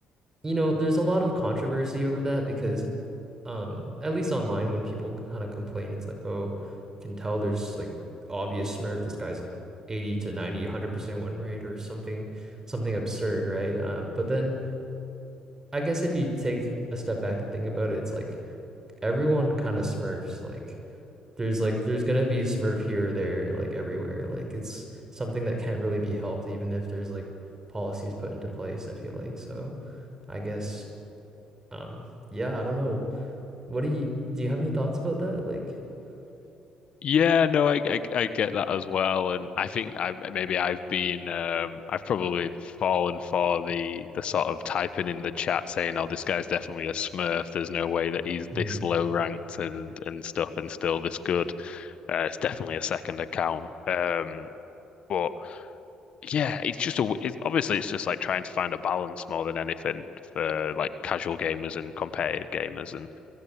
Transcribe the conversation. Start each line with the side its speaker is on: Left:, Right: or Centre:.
Right: you know, there's a lot of controversy over that because, um, at least online, when people kind of complain, it's like, oh, I can tell there's like obvious smurf. This guy's like 80 to 90, one hundred percent win rate or something, something absurd, right? Uh, but then I guess if you take a step back and think about it, it's like everyone kind of smurfs, like there's like there's gonna be Smurf here or there, like everywhere. Like it's something that can't really be helped, even if there's like policies put into place, I feel like. So I guess um yeah, I don't know. What do you do you have any thoughts about that? Like <laughs>
Left: Yeah, no, I, I I get that as well, and I think I maybe I've been um I've probably fallen for the the sort of typing in the chat saying, "Oh, this guy's definitely a Smurf. There's no way that he's
Right: Mm.
Left: this low ranked and and stuff and still this good. Uh, it's definitely a second account." Um, but yeah, it's just a. it's obviously it's just like trying to find a balance more than anything for like casual gamers and competitive gamers, and